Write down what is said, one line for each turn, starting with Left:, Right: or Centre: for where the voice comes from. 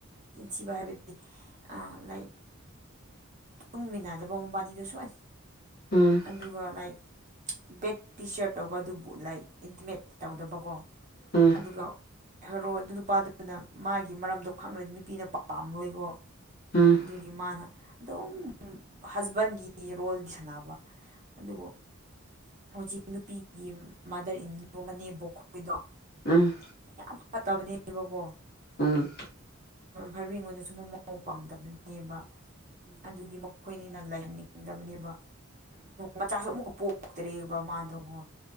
Right: ꯆꯤꯟꯊꯤꯕ ꯍꯥꯏꯕꯗꯤ ꯑꯥ ꯂꯥꯏꯛ ꯇꯨꯡꯃꯤꯟꯅꯗꯕ ꯃꯕꯥꯅꯤꯗꯨ ꯁꯣꯏꯅ
Left: ꯎꯝ
Right: ꯑꯗꯨꯒ
Left: ꯎꯝ ꯎꯝ
Right: ꯂꯥꯏꯛ ꯕꯦꯠ ꯇꯤ ꯁꯔꯠ ꯇꯧꯕ ꯑꯗꯨꯕꯨ ꯂꯥꯏꯛ ꯏꯟꯇꯤꯃꯦꯠ ꯇꯧꯗꯕꯀꯣ
Left: ꯎꯝ
Right: ꯑꯗꯨꯒ ꯍꯦꯔꯣ ꯑꯗꯨ ꯅꯨꯄꯥꯗꯨꯗꯨꯅ ꯃꯥꯒꯤ ꯃꯔꯝꯗꯣ ꯈꯪꯉ꯭ꯔꯗꯤ ꯅꯨꯄꯤꯅ ꯄꯥꯝꯃꯔꯣꯏꯀꯣ
Left: ꯎꯝ
Right: ꯑꯗꯨꯒꯤ ꯃꯥꯅ ꯑꯗꯨꯝ ꯍꯖꯕꯦꯟꯒꯤ ꯔꯣꯜꯗꯤ ꯁꯥꯟꯅꯕ ꯑꯗꯨꯕꯨ ꯍꯧꯖꯤꯛ ꯅꯨꯄꯤꯒꯤ ꯌꯨꯝ ꯃꯥꯗꯔ ꯏꯟ ꯂꯣ ꯃꯅꯦꯝꯕꯣꯛꯈꯣꯏꯗꯣ
Left: ꯎꯝ
Right: ꯌꯥꯝ ꯐꯠꯇꯕꯅꯦꯕꯀꯣ
Left: ꯎꯝ
Right: ꯍꯥꯔꯋꯤꯡ ꯍꯣꯏꯗꯨꯁꯨ ꯃꯃꯧ ꯄꯥꯝꯗꯕꯅꯦꯕ ꯑꯗꯨꯒꯤ ꯃꯈꯣꯏꯅꯤꯅ ꯂꯩꯍꯟꯅꯤꯡꯗꯕꯅꯦꯕ ꯃꯆꯥꯁꯨ ꯑꯃꯨꯛꯀ ꯄꯣꯛꯇ꯭ꯔꯦꯕ ꯃꯥꯗꯣꯀꯣ